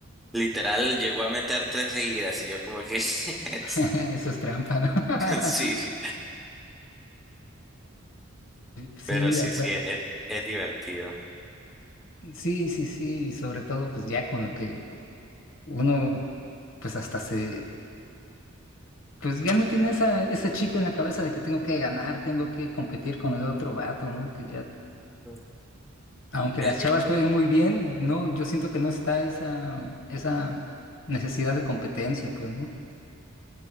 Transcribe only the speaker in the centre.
literal llegó a meter tres seguidas y yo como que <laughs>
sí.
Pero
sí,
sí, es, es divertido.
Mm.
Bien,
bien.